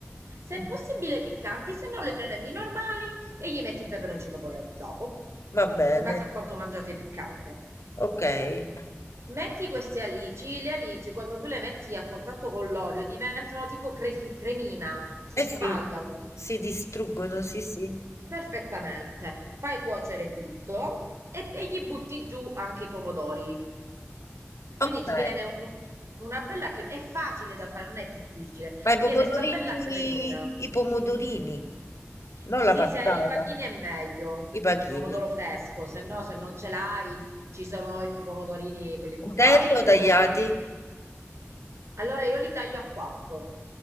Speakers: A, on the right; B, on the left.
A: Se
B: Mm,
A: è possibile piccanti, se no le prendi normali e gli metti il peperoncino poi eh, dopo,
B: Va bene,
A: in base a quanto mangiate piccante.
B: ok. Eh
A: Metti queste alici, le alici quando tu le metti a contatto con l'olio diventano tipo cre- cremina, si spaldano.
B: sì, si distruggono, sì, sì.
A: Perfettamente. Fai cuocere tutto e, e gli butti giù anche i pomodori. Quindi
B: Ok.
A: ti viene un- una bella cremina. È facile da fare, non è difficile.
B: Ma i
A: Ti
B: pomodorini,
A: viene sta bella cremina.
B: i pomodorini, non
A: Sì,
B: la passata,
A: se hai i pachini è meglio.
B: i pachini.
A: Pomodoro fresco, se no, se non ce l'hai, ci sono i pomodorini, quelli comprati.
B: Interi o tagliati?
A: Allora io li taglio a quattro.